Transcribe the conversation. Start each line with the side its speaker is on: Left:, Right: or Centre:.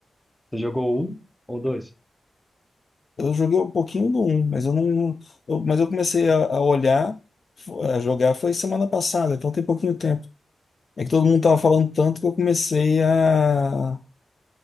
Centre: Você jogou um ou dois?
Left: Eu joguei um pouquinho do um mas eu não. não- eu- mas eu comecei a, a olhar, fo- a jogar, foi semana passada, então tem pouquinho tempo. É que todo mundo tava falando tanto que eu comecei a,